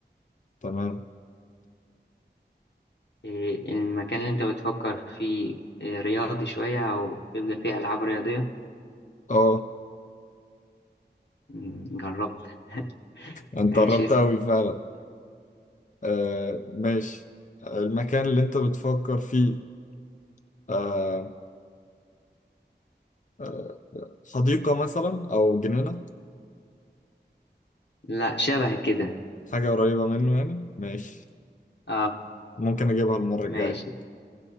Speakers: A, on the left; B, on the left.
A: تمام
B: إيه، المكان اللي انت بتفكر فيه إيه، رياضي شوية او بيبقى فيه العاب رياضية
A: اه
B: مم، جربت <laughs>
A: انت
B: ماشي
A: قربت
B: اسأل
A: قوي فعلا آه، ماشي المكان اللي انت بتفكر فيه آه، آه، حديقة مثلا او جنينة
B: لا شبه كده
A: حاجة قريبة منه يعني ماشي
B: اه
A: ممكن اجيبها المرة الجاية
B: ماشي